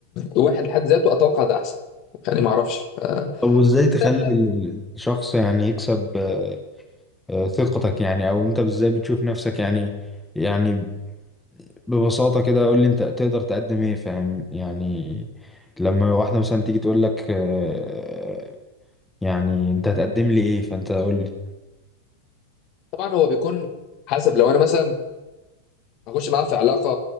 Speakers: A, on the left; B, in the centre.
A: واحد لحد ذاته اتوقع ده احسن يعني ما اعرفش
B: طب وإزاي
A: فده
B: تخلي ال- الشخص يعني يكسب آه، آه، ثقتك يعني أو أنت إزاي بتشوف نفسك يعني يعني ببساطة كده قول لي أنت تقدر تقدم إيه فاهم يعني لما واحدة مثلا تيجي تقول لك آه، يعني أنت هتقدم لي إيه فأنت قول لي
A: طبعا هو بيكون حسب لو انا مثلا هخش معاه في علاقه